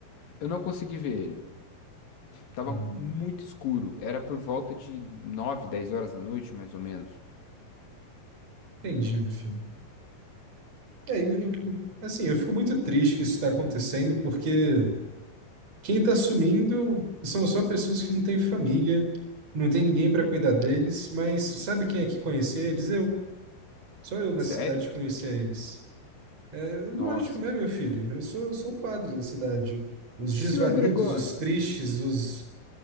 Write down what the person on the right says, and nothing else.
Uhum.
Entendi, meu filho. É. É, eu- eu- assim, eu fico muito triste que isso está acontecendo, porque Quem tá sumindo são só pessoas que não têm família, não tem ninguém para cuidar deles, mas sabe quem é que conhecia eles? Eu. Só eu na
cidade conhecia eles. É lógico,
né, meu filho? Eu sou, eu sou o padre da cidade. Os
desvalidos,
os tristes, os,